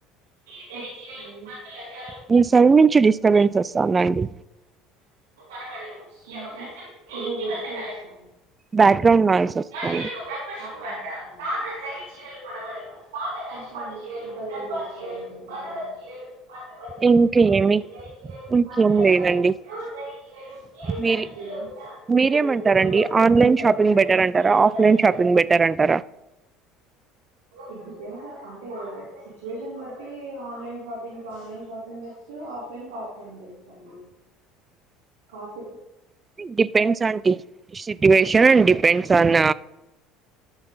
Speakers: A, on the right (about 85°); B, on the right (about 25°).
A: థె చీరెలు పట్టు లంగా
B: మీ సైడ్ నుంచి డిస్టర్బెన్స్ వస్తాదండి
A: అమ్మబడును ఈ అవకాశం మీ ఇంటివద్దకలదు
B: బ్యాక్గ్రౌండ్ నాయిస్ వస్తాంది
A: మహిలలకు గొప్ప శుభవార్త పాత జరీ చీరలు కొనబడును పాత కంచి పట్టు చీరలు గాధ్వాల్ చీరలు బనారస్ చీరలు పట్టు పంచలు
B: ఇంక
A: నకిలీ
B: ఏమి
A: జరీ చీరలు
B: ఇంకేమి
A: పట్టు లంగాలు
B: లేవండి
A: ప్యూర్ జరీ చీరలు ఏ
B: మీరి
A: కండిషన్లో ఉన్నా
B: మీరేమంటారండి
A: నగదుకు కొనబడును
B: ఆన్లైన్
A: ఈ
B: షాపింగ్
A: అవకాశం
B: బెటర్ అంట
A: మీ
B: టరా
A: ఇంటి
B: ఆఫ్లైన్
A: వద్ద కలదు
B: షాపింగ్ బెటర్ అంటారా
A: ఇట్ డిపెండ్స్ అంటే సిచువేషన్ బట్టి ఆన్లైన్ షాపింగ్ క ఆన్లైన్ షాపింగ్ బెస్ట్ ఆఫ్లైన్ కి ఆఫ్లైన్ బెస్ట్ అండి cos
B: depends on the situation and depends on